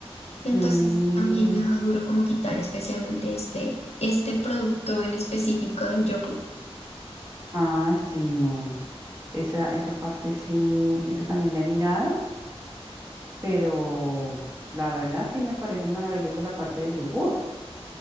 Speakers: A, on the left; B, on the right.
A: Entonces
B: Mm,
A: también me ha dado duro como quitar especialmente este, este producto en específico del yogur.
B: ah, sí, no. Esa, esa parte sí, esa también la he mirado, pero la verdad sí me parece maravilloso la parte del yogur,